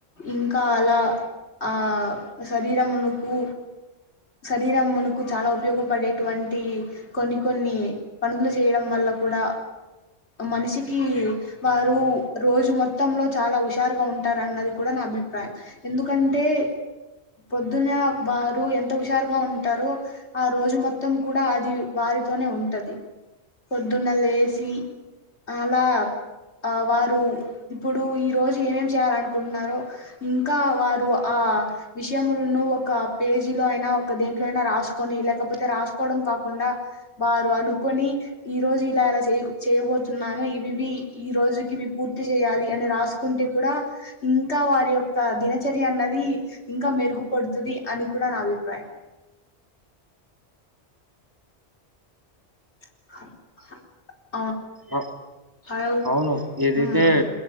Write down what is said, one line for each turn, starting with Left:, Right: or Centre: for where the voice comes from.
Left: ఇంకా అలా ఆ శరీరం ఉనుకు శరీరం ఉనుకు చాలా ఉపయోగపడేటువంటి కొన్ని కొన్ని పనులు చేయడం వల్ల కూడా మనిషికి వారు రోజు మొత్తంలో చాలా హుషారుగా ఉంటార అన్నది కూడా నా అభిప్రాయం ఎందుకంటే పొద్దున వారు ఎంత హుషారుగా ఉంటారో ఆ రోజు మొత్తం కూడా అది వ <unintelligible> టది పొద్దున్న లేసి అలా ఆ వారు ఇప్పుడు ఈ రోజు ఏమేం చేయాల అనుకుంటున్నారో ఇ ఇంకా వారు ఆ విషయములను ఒక పేజీ లో అయినా ఒక దేంట్లో అయినా రాసు కానీ లేకపోతే రాసుకోవడం కాకుండా బాగా కొని ఈ రోజు ఇలా అలా చే చేయబోతున్నాను ఇవివి ఈ రోజు వి పూర్తి చేయాలి అని రాసు కుంటే కూడా ఇంకా వారి యొక్క దినచర్య అన్నది ఇంకా మెరుగుపడుతుంది అని కూడా నా అభిప్రాయం <inaudible>
Right: అ
Left: హలో
Right: అవును ఏదైతే
Left: ఉమ్, ఉమ్.